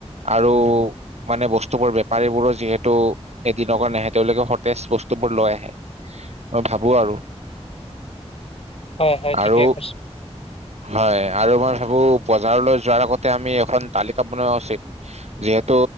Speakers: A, on the right; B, on the left.
A: আৰু মানে বস্তু বোৰ বেপাৰী বোৰো যিহেতু এদিনৰ কাৰ নাহে তেওঁলোকে সতেজ বস্তুবোৰ লৈ আহে মই ভাবো আৰু
B: হয় হয় ঠিকে
A: আৰু
B: কৈছ
A: হয় আৰু মই ভাবো বজাৰলৈ যোৱাৰ আগতে আমি এখন তালিকা বনোৱা উচিত যিহেতু